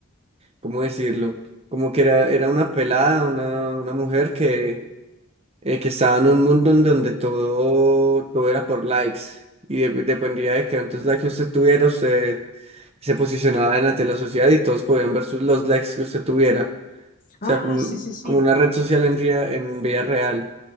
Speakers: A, on the right; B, on the left.
A: ¿cómo decirlo? Como que era, era una pelada, una, una mujer que, eh, que estaba en un mundo en donde todo, todo era por likes y de- dependía de que cuántos likes usted tuviera, usted se posicionaba delante de la sociedad y todos podían ver sus, los likes que usted tuviera. O
B: Ah,
A: sea, como, un-
B: sí, sí, sí.
A: como una red social en, rea- en vida real.